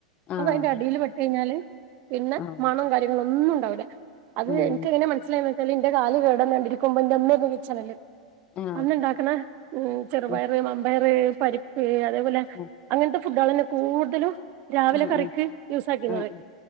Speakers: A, on the left; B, on the right.
A: ആഹ്
B: അത് അതിന്റെ അടിയിൽ വെട്ട് കഴിഞ്ഞാല് പിന്നെ
A: ആഹ്
B: മണം ക ന്നുംണ്ടാവില്ല അത്
A: ഉം
B: എനക്ക് എങ്ങനെ മനസ്സിലായച്ചല് എന്റെ കാല് കേടന്നണ്ടിരിക്കുമ്പോ അമ്മ കണല്
A: ആഹ്
B: അന്ന്ണ്ടാക്കണ ഉം ചെറുപയറ്
A: ഉം
B: വമ്പയര് പരിപ്പ് അ തേപോലെ
A: ഉം
B: അങ്ങനത്തെ ഫുഡോളല്ലേ കൂടുതലും രാവിലെ
A: ഉം ഉം
B: കറിക്ക് യൂസാക്കിന്നത്
A: ഉം ഉം